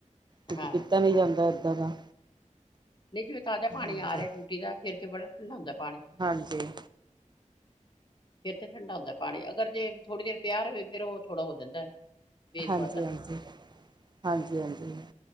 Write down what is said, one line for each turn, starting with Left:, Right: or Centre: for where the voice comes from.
Right: ਕਿਉਂਕਿ
Left: ਹਾਂ
Right: ਪੀਤਾ ਨੀ ਜਾਂਦਾ ਏਦਾਂ ਦਾ।
Left: ਨਹੀਂ ਜਿਵੇਂ ਤਾਜ਼ਾ ਪਾਣੀ
Right: ਹਾਂਜੀ
Left: ਆ ਰਿਹਾ ਟੂਟੀ ਦਾ। ਫਿਰ ਬੜਾ ਠੰਡਾ ਹੁੰਦਾ ਪਾਣੀ।
Right: ਹਾਂਜੀ।
Left: ਫਿਰ ਤੇ ਠੰਡਾ ਹੁੰਦਾ ਪਾਣੀ। ਅਗਰ ਜੇ ਥੋੜ੍ਹੀ ਦੇਰ ਪਿਆ ਰਵੇ, ਫਿਰ ਉਹ ਥੋੜ੍ਹਾ ਹੋ ਜਾਂਦਾ ਬੇਸਵਾਦਾ
Right: ਹਾਂਜੀ-ਹਾਂਜੀ। ਹਾਂਜੀ-ਹਾਂਜੀ।